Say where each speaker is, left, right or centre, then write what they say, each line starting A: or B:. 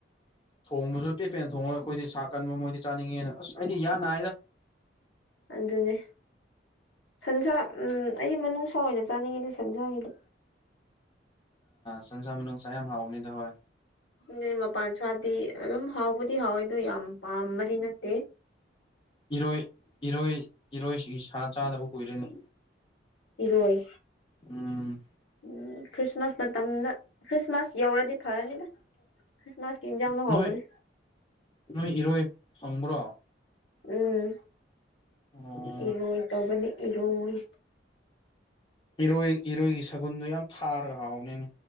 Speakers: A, on the left; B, on the left.
A: ꯊꯣꯡꯕꯁꯨ ꯄꯦꯠꯄꯦꯅ ꯊꯣꯡꯉꯒ ꯑꯩꯈꯣꯏꯗꯤ ꯁꯥ ꯀꯟꯕ ꯃꯣꯏꯗꯤ ꯆꯥꯅꯤꯡꯉꯦꯅ ꯑꯁ ꯑꯩꯗꯤ ꯌꯥ ꯅꯥ ꯍꯥꯏꯗ
B: ꯑꯗꯨꯅꯦ ꯁꯟꯁꯥ ꯑꯩ ꯃꯅꯨꯡꯅꯨꯡꯁꯥ ꯑꯣꯏꯅ ꯆꯥꯅꯤꯡꯉꯤꯅꯦ ꯁꯟꯁꯥꯒꯤꯗꯤ
A: ꯁꯟꯁꯥ ꯅꯨꯡꯁꯥ ꯌꯥꯝ ꯍꯥꯎꯕꯅꯤꯗ ꯍꯣꯏ
B: ꯅ ꯃꯄꯥꯟ ꯁꯥꯗꯤ ꯑꯗꯨꯝ ꯍꯥꯎꯕꯗꯤ ꯍꯥꯎꯋꯦ ꯑꯗꯨ ꯌꯥꯝ ꯄꯥꯝꯕꯗꯤ ꯅꯠꯇꯦ
A: ꯏꯔꯣꯏ ꯏꯔꯣꯏ ꯏꯔꯣꯏꯁꯤꯒꯤ ꯁꯥ ꯆꯥꯗꯕ ꯀꯨꯏꯔꯅꯤ
B: ꯏꯔꯣꯏ
A: ꯎꯝ
B: ꯎꯝ ꯈ꯭ꯔꯤꯁꯃꯥꯁ ꯃꯇꯝꯗ ꯈ꯭ꯔꯤꯁꯃꯥꯁ ꯌꯧꯔꯗꯤ ꯐꯔꯅꯤꯗ ꯈ꯭ꯔꯤꯁꯃꯥꯁ ꯀꯤꯟꯖꯅ
A: ꯅꯣꯏ
B: ꯍꯕꯅꯦ
A: ꯅꯣꯏ ꯏꯔꯣꯏ ꯐꯪꯕ꯭ꯔꯣ
B: ꯎꯝ
A: ꯑꯣ
B: ꯏꯔꯣ ꯏ ꯇꯧꯅꯤ ꯏꯂꯣ <unintelligible>
A: ꯅꯣꯏ ꯏꯔꯣꯏꯒꯤ ꯁꯒꯨꯟꯗꯣ ꯌꯥꯝ ꯊꯥꯔꯒ ꯍꯥꯎꯕꯅꯤꯅꯦ